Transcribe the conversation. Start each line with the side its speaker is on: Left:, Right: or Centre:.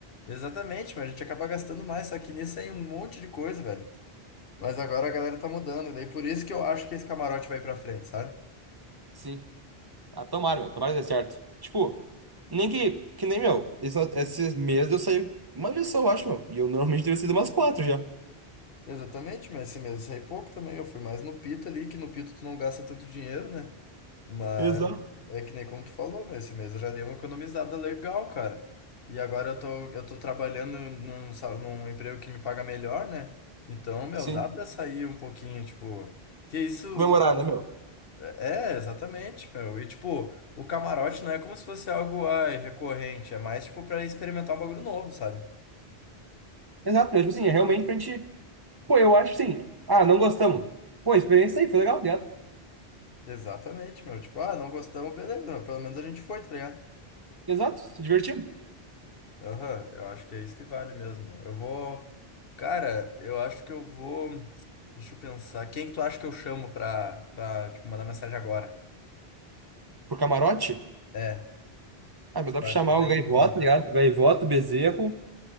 Left: exatamente, mas a gente acaba gastando mais, só que nisso aí um monte de coisa, velho. Mas agora a galera tá mudando, e daí por isso que eu acho que esse camarote vai pra frente, sabe?
Right: Sim. Ah, tomara, meu. Tomara que dê certo. Tipo, nem que, que nem, meu. Esse, esses meses eu saí uma vez só, eu acho, meu. E eu normalmente teria saído umas quatro já.
Left: Exatamente, mas esse mês eu saí pouco também. Eu fui mais no Pita ali, que no Pita tu não gasta tanto dinheiro, né? Mas
Right: Exato.
Left: é que nem como tu falou, meu, esse mês eu já dei uma economizada legal, cara. E agora eu tô, eu tô trabalhando num, sa- num emprego que me paga melhor, né? Então, meu,
Right: Sim.
Left: dá pra sair um pouquinho, tipo. Que isso.
Right: Comemorar,
Left: não-
Right: né, meu?
Left: É, exatamente, meu. E, tipo, o camarote não é como se fosse algo, ai, recorrente. É mais, tipo, pra experimentar um bagulho novo, sabe?
Right: Exato, meu. Tipo assim, é realmente pra gente. Pô, eu acho sim. Ah, não gostamos. Pô, a experiência aí, foi legal, ligado?
Left: Exatamente, meu. Tipo, ah, não gostamos, beleza, meu. Pelo menos a gente foi, tá ligado?
Right: Exato, se divertimos.
Left: Aham, eu acho que é isso que vale mesmo. Eu vou. Cara, eu acho que eu vou. Deixa eu pensar. Quem que tu acha que eu chamo pra, pra tipo, mandar mensagem agora?
Right: Pro camarote.
Left: É,
Right: Ah, mas
Left: que
Right: dá
Left: tu
Right: pra
Left: acha
Right: chamar
Left: que tá
Right: o Gaivoto,
Left: em dúvida.
Right: ligado? Gaivoto, Bezerro.